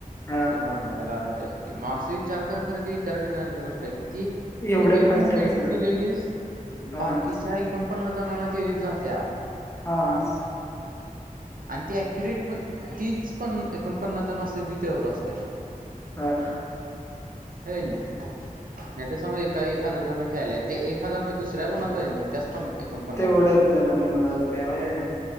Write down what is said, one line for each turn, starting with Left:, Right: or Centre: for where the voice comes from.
Left: हां.
Right: ते मरण्याच कारण ते अस मग असं विचार कर खर ती विचार करण्याखी गोष्ट हाय की ती
Left: एवढ्या
Right: तू एक
Left: फास्ट
Right: मुव्हंमेंट
Left: कसं जाते?
Right: केलेलीस
Left: हां,
Right: बाकीच्या एकोणपन्ना जणांना <unintelligible> जात्या
Left: हां.
Right: आणि ती अक्युरेट तीच पं एकोण पन्नास जण असत्यात जी त्यावर असत्यात.
Left: हां
Right: हो नाही नाही तर समज एका एक हजार जण खेळाल्यात ते एक हजार मध्ये दुसऱ्या कोणाला जाई नाही त्यास पण एकोण पन्नास
Left: तेवढ्याच
Right: जणा
Left: जणांना जाते होय.